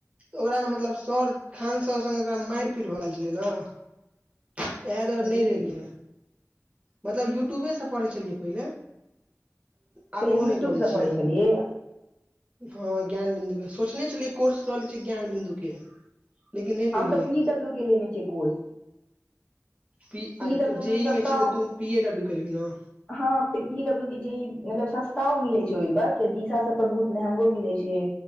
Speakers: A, on the right; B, on the left.
A: ओकरा मतलब सर खान स सङग ओकरा मारि पीट भऽ गेल छलै ने इएह दुआरे
B: छैहे
A: नहि
B: की
A: लेलियै मतलब यूट्यूबेसँ पढ़ै छलियै पहिले
B: पहिले
A: आब ओहो
B: यूट्यूब
A: नहि करै
B: से
A: छियै
B: पढ़ै छलियै
A: हँ ज्ञान बिन्दु के सोचने छलियै कोर्स रहले छै ज्ञान बिन्दु के लेकिन नहि
B: हम
A: लेलियै
B: त पी डब्ल्यू के लेने छियै कोर्स
A: प
B: पी
A: अरे
B: डब्ल्यू
A: तू जे
B: सस्ता
A: ई मे छ तऽ तू पी एडब्लू के लेबी ने
B: हँ पीडब्लू के जे ई मतलब सस्ता मिले छै ओहिप दिशा सब पर बहुत महंगो मिलै छै